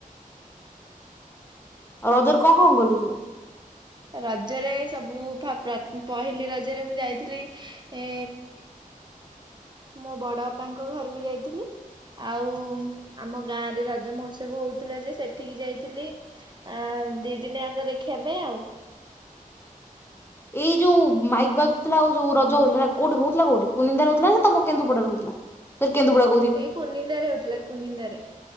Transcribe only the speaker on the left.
ଆଉ ରଜର କଣ କଣ କଲୁ?
ଏଇ ଯୋଉ ମାଇକ ବାଜୁଥିଲା ଆଉ ଯୋଉ ରଜ ହଉଥିଲା କୋଉଠି ହଉଥିଲା କୋଉଠି କୁନିନ୍ଦା ର ହଉଥିଲା ନା ତମ କେନ୍ଦୁପଡରେ ହଉଥିଲା? ସର <unintelligible>